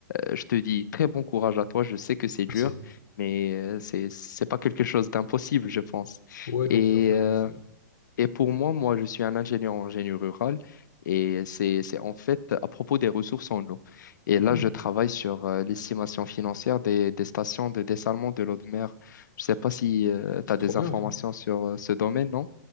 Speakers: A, on the left; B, on the left.
A: euh, Je te dis très bon courage à toi. Je sais que c'est dur,
B: Merci.
A: mais euh, c'est c'est pas quelque chose d'impossible, je pense.
B: Ouais, non,
A: Et
B: tout à fait. hein,
A: euh,
B: C'est
A: et pour moi, moi, je suis un ingénieur en génie rural et c'est c'est en fait à propos des ressources en eau. Et là,
B: Hmm,
A: je travaille sur euh, l'estimation financière des des stations de dessalement de l'eau de mer. Je sais pas si
B: c'est
A: tu as des
B: trop bien,
A: informations
B: ça.
A: sur euh, ce domaine, non?